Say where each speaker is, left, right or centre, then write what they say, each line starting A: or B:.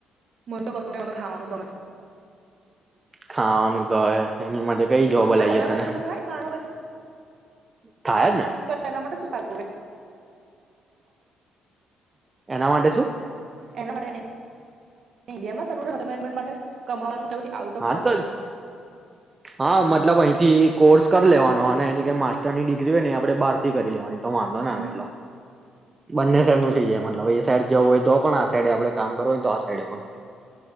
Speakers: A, on the right; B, on the right.
A: મન તો કશું નહિ મને તો ખાવાનું ગમે છે.
B: ખાવાનું ભાવે એની માટે કઈ જો બોલાઈએ
A: છે હોટેલ
B: તને
A: મેનેજમેન્ટનું થાય બારમા પછી
B: થાય જ ને
A: તો <inaudible>
B: એના માટે શું
A: એના <inaudible> ઇન્ડિયામાં <inaudible> કમાવાનું આઉટ ઓફ
B: હા
A: કન્ટ્રી
B: તો હા મતલબ અહીંથી. કોર્સ કરી લેવાનો. એની કઈ માસ્ટરની ડિગ્રી હોય ને આ આપણે બહારથી કરી લેવાની. તો વાંધો
A: હમ
B: એટલો બંને શહેર નું થઈ જાય મત હવે એ સાઈડ જવું હોય તો પણ આ સાઈડ આપડે. કામ કરવું હોયને તો આ સાઈડે પણ.